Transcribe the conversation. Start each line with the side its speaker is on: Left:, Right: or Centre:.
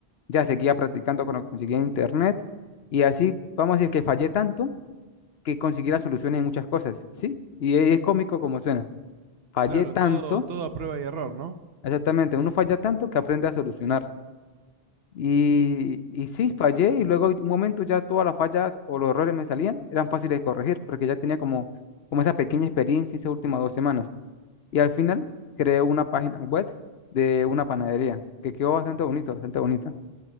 Left: Ya seguía practicando con lo que conseguía en internet. Y así, vamos a decir que fallé tanto que conseguí las soluciones en muchas cosas, ¿sí? Y es es cómico como suena. Fallé
Right: claro,
Left: tanto,
Right: todo, todo a prueba y error, ¿no?
Left: exactamente, uno falla tanto que aprende a solucionar. Y, y sí, fallé y luego un momento ya todas las fallas o los errores me salían, eran fáciles de corregir porque ya tenía como, como esa pequeña experiencia esas últimas dos semanas. Y al final creé una página web de una panadería, que quedó bastante bonito, bastante bonita.